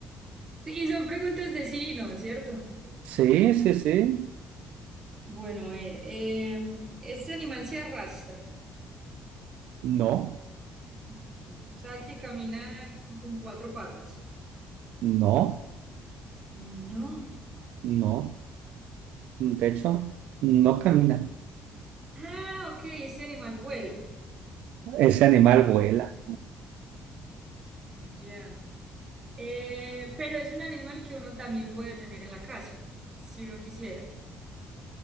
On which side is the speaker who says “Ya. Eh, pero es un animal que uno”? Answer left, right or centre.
Right